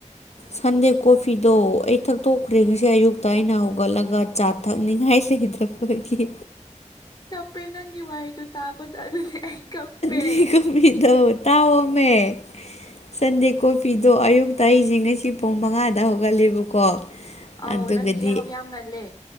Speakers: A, on the left; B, on the left.
A: ꯁꯟꯗꯦ ꯀꯣꯐꯤꯗꯣ ꯑꯩ ꯊꯛꯇꯣꯛꯈ꯭ꯔꯦ ꯉꯁꯤ ꯑꯌꯨꯛ ꯇꯩꯅ ꯍꯧꯒꯠꯂꯒ ꯆꯥ ꯊꯛꯅꯤ ꯍꯥꯏꯁꯦ ꯀꯩꯗꯩꯔꯒꯦ
B: ꯄꯦ ꯅꯪꯒꯤ ꯋꯥꯍꯩꯗꯣ ꯇꯥꯕꯗ ꯑꯗꯨꯗꯤ ꯑꯩ ꯀꯞꯄꯦ
A: ꯑꯩ ꯇꯨꯝꯒꯤ ꯇꯧꯕꯅꯦ ꯇꯥꯋꫭꯃꯦ ꯁꯟꯗꯦ ꯀꫭ ꯀꯣꯐꯤꯗꯣ ꯑꯌꯨꯛꯇ ꯑꯩꯁꯦ ꯉꯁꯤ ꯄꯨꯡ ꯃꯉꯥꯗ ꯍꯧꯒꯠꯂꯦꯕꯀꯣ
B: ꯑꯧ
A: ꯑꯗꯨꯒꯗꯤ
B: ꯅꯪꯗꯤ ꯌꯥꯍꯧ ꯌꯥꯝ ꯉꯜꯂꯦ